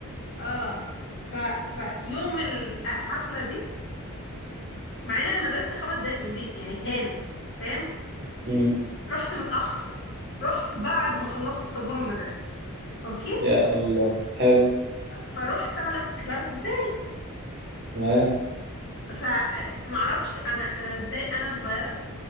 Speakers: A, on the left (about 50°); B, on the right (about 50°).
A: اه ف فيوم الحفله دي مع ان انا مدرستي خمس دقايق من بيتي يعني كانت فاهم
B: مم.
A: رحت متاخر رحت بعد ما خلصوا الطابور المدرسي اوكي
B: يا الله حلو
A: فروحت على الكلاس بتاعي
B: تمام
A: فمعرفش انا انا ازاي انا وصغيره